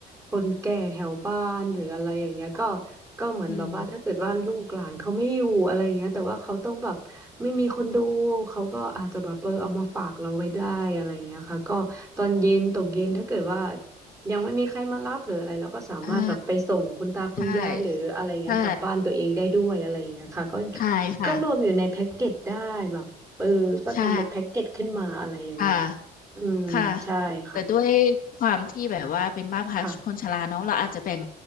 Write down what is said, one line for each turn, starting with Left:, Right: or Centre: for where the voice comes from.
Right: คนแก่แถวบ้านหรืออะไรอย่างเงี้ยก็ก็เหมือนแบบว่าถ้าเกิดว่าลูกหลานเขาไม่อยู่อะไรอย่างเงี้ยแต่ว่าเขาต้องแบบไม่มีคนดู
Left: อืม
Right: เขาก็อาจจะแบบเออเอามาฝากเราไว้ได้อะไรอย่างเงี้ยค่ะก็ตอนเย็นตกเย็นถ้าเกิดว่ายังไม่มีใครมารับหรืออะไรเราก็สามารถแบบไปส่งคุณตาคุณยายหรืออะไรเงี้ยกลับบ้านตัวเองได้ด้วยอะไรเงี้ยค่ะก็
Left: อ่าใช่ใช่ใช่ค่ะ
Right: ก็รวมอยู่ในแพ็กเกจได้แบบ เออก็ทำเป็นแพ็กเกจขึ้นมาอะไรอย่างเงี้ยค่ะอืมใช่ค่ะ
Left: ใช่ค่ะ ค่ะแต่ด้วยความที่แบบว่าเป็นบ้านพักคนชราเนอะเราอาจจะแบ่ง
Right: ค่ะ